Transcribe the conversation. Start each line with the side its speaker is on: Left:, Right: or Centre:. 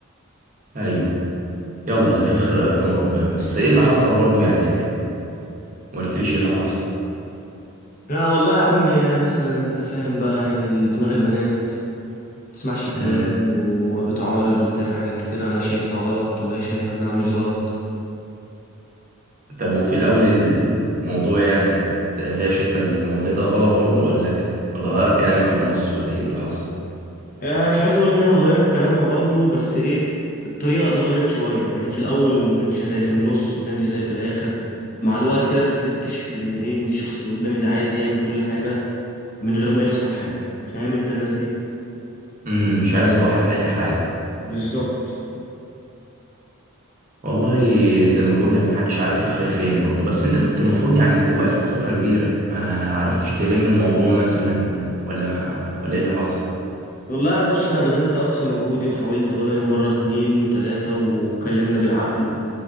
Right: ايوه يلا اللي في الخير قدامه ربنا بس ايه اللي حصل برضو يعني ما قلتليش ايه اللي حصل
Left: لا والله يا عم مثلا انت فاهم بقى يعني دماغ البنات تسمعش الكلام
Right: امم
Left: وبتعارض وبتعمل حاجات كتير انا شايفها غلط وهي شايفة انها مش غلط
Right: طب وفي اول الموضوع يعني كانت هي شايفه الموضوع ده غلط برضو ولا كده ولا غيرت كلامها في النص ولا ايه اللي حصل
Left: يعني مش عايز اقول انها غيرت كلامها برضو بس ايه الطريقه اتغيرت شويه يعني في الاول ما كانش زي في النص ما كانش زي في الاخر مع الوقت كده بتكتشف ان ايه ان الشخص اللي قدامي ده عايز يعمل كل حاجه من غير ما يخسر حاجه فاهم انت الناس دي
Right: امم مش عايز اضحي باي حاجه
Left: بالظبط
Right: والله زي ما بقول لك محدش عارف الخير فين برضه بس انت كنت المفروض يعني انت بقالكوا فترة كبيرة ما عرفتش تلم الموضوع مثلا ولا ما ولا ايه اللي حصل
Left: والله بص انا بذلت اقصى مجهودي وحاولت بدل مره اتنين وتلاته واتكلمنا بالعقل و...